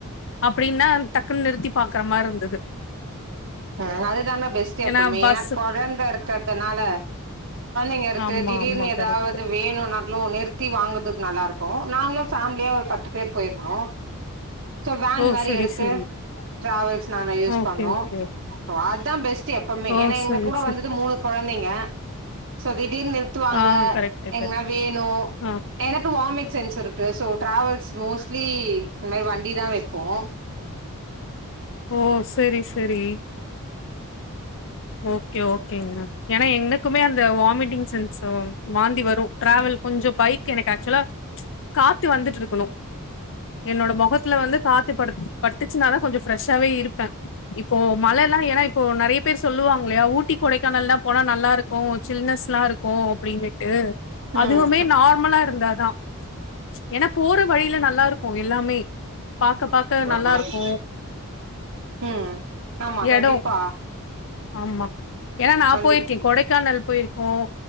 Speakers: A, on the left (about 60°); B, on the right (about 60°).
A: அப்டின்னா டக்குன்னு நிறுத்தி பாக்குற மாரி <inaudible>
B: ம் அதுதானா பெஸ்டா
A: ஏன்னா
B: இப்போ மெனா
A: பஸ்
B: குழந்த இருக்கதுனால ங்க இருக்கு
A: ஆமா
B: திடீர்னு
A: ஆமா
B: எதாவது
A: கரெக்ட்
B: வெனுநாலும் நிறுத்த சுத்தி வாங்கறதுக்கு நல்லா இருக்கும் நாங்களும் ஃபேமிலியா ஒரு பத்து பேர் போயிருந்தோம் சோ வேன்
A: ஓ
B: மாரி
A: சரி
B: எடுத்து
A: சரி
B: டிரவல்ஸ் நாங்க யூஸ்
A: ஓகே
B: பண்ணோம்
A: ஓகே
B: <inaudible> தான் பெஸ்ட் எபமே
A: ஓ
B: ஏன்னா எங்க
A: சரி
B: கூட
A: சரி
B: வந்தது மூணு கொழந்தைங்க ச திடீர்னு நிறுத்துவாங்க
A: ஆ கரெக்ட்
B: எங்கனா
A: கரெக்ட்
B: வேணும்
A: ஆ
B: எனக்கு வாமிட் செரி செரி சோ டிராவல்ஸ் மோஸ்ட்லி இந்த மாரி வண்டி தான் வைப்போம்
A: ஓ செரி செரி ஓகே ஓகே ஏனா ஏன்னா எனக்குமே அந்த வாமிட்டிங் சென்ஸ் வாந்தி வரும் டிரவல் கொஞ்சம் பைக் எனக்கு ஆக்சுவலா காத்து வந்துட்டு இருக்கணும் என்னோட முகத்துல வந்து காத்து பட்டுச்சுனாதான் கொஞ்சம் ஃப்ரெஷ்ஷாவே இருப்பேன் இப்போ மழ எல்லாம் ஏன்னா இப்போ நெறைய பேர் சொல்லுவாங் யிலையா ஊட்டி கொடைக்கானல் எல்லாம் போனா நல்லா இருக்கும் சில்னஸ் எல்லாம் இருக்கும் அப்டின்னுட்டு
B: ம்
A: அதுவுமே நார்மலா இருந்தாதான் ஏன்னா போற வழியில நல்லா இருக்கும் எல்லாமே பாக்க பாக்க
B: ஆமா
A: நல்லா இருக்கும்
B: ம் ஆமா
A: இடம்
B: கண்டிப்பா
A: ஆமா ஏன்னா நான
B: கண்டிப்
A: போயிருக்கேன் கொடைக்கானல் போயிருக்கோம்